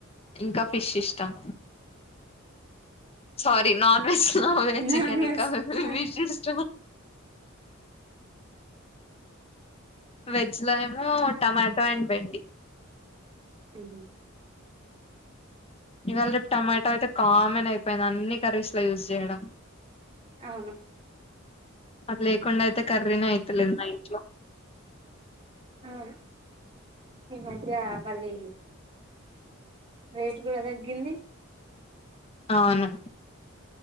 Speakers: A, on the left; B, on the right.
A: ఇంకా ఫిష్ ఇష్టం sorry non veg non veg
B: non
A: chicken
B: వెజ్
A: ఇంకా ఫిష్ ఇష్టం వెజ్ లో ఏమో టమాటో అండ్ బెండి
B: ఉహ్ హూ
A: ఇవాళ రేపు టమాటో అయితే కామన్ అయిపోయింది అన్ని కర్రీస్ లో యూజ్ చేయడం
B: అవును
A: అది లేకుండాయితే కర్రీ నే అయితలేదు మా ఇంట్లో
B: ఆ ఈ మధ్య మళ్ళీ రేట్ కూడా తగ్గింది
A: అవును